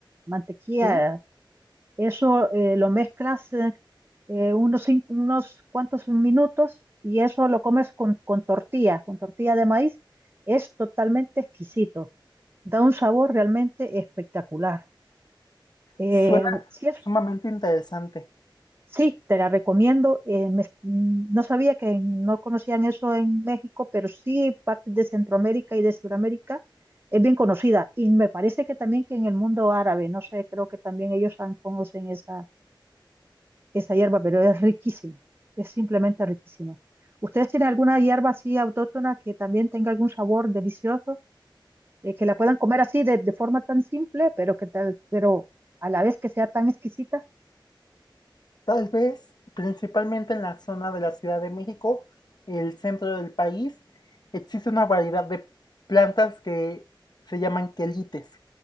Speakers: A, on the right; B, on the left.
A: mantequilla.
B: Sí.
A: Eso eh, lo mezclas eh, eh, unos, cin- unos cuantos minutos y eso lo comes con, con tortilla, con tortilla de maíz. Es totalmente exquisito. Da un sabor realmente espectacular. Eh,
B: Suena
A: sí, es-
B: sumamente interesante.
A: sí, te la recomiendo. eh, me- no sabía que en- no conocían eso en México, pero sí partes de Centroamérica y de Sudamérica es bien conocida. Y me parece que también que en el mundo árabe, no sé, creo que también ellos han- conocen esa esa hierba, pero es riquísima, es simplemente riquísima. ¿Ustedes tienen alguna hierba así autóctona que también tenga algún sabor delicioso, eh, que la puedan comer así de, de forma tan simple, pero que tal, pero a la vez que sea tan exquisita?
B: Tal vez, principalmente en la zona de la Ciudad de México, el centro del país, existe una variedad de plantas que se llaman quelites,